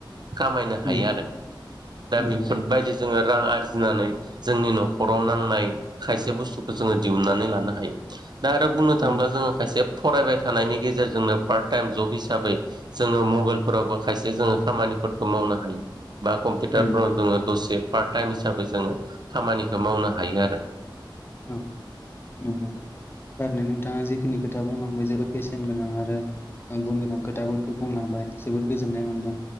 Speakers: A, on the right; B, on the left.
A: खामायनो हायो
B: उम
A: आरो। दा
B: नंगौ
A: बेफोरबायदि जोङो रां आरजिनानै जोंनि न'खराव नांनाय खायसे बुस्थुखौ जोङो दिहुनन्नानै लानो हायो। दा आरो बुंनो
B: उम
A: थाङोब्ला जोङो खायसे फरायबाय थानायनि गेजेर जोंनो पार्ट टाइम जब हिसाबै जोङो मबाइलफोरावबो खायसे जोङो खामानिफोरखौ मावनो हायो। बा कम्पिउटारफ्राव
B: उम
A: जोङो दसे पार्ट टाइम हिसाबै जोङो खामानिखौ मावनो हायो आरो।
B: औ नंगौ। थारैनो नोंथाङा जिखिनि खोथा बुंलांबाय जोबोद बेसेन गोनां आरो ओ गुन गोनां खोथाफोरखौ बुंलांबाय। जोबोद गोजोननाय मोन्दों।